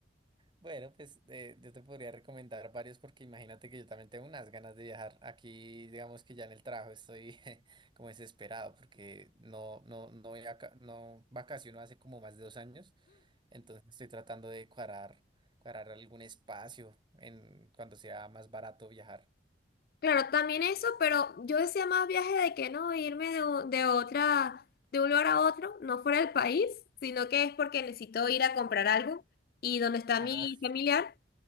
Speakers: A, on the right; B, on the left.
A: Bueno, pues eh, yo te podría recomendar varios porque imagínate que yo también tengo unas ganas de viajar. Aquí, digamos que ya en el trabajo estoy <laughs> como desesperado porque no, no, no, voy a ca- no vacaciono hace como más de dos años. Entonces estoy tratando de cuadrar, cuadrar algún espacio en cuando sea más barato viajar.
B: Claro, también eso, pero yo decía más viaje de que no irme de, u- de otra, de un lugar a otro, no fuera del país, sino que es porque necesito ir a comprar algo y donde está
A: Ah,
B: mi
A: <laughs>
B: familiar,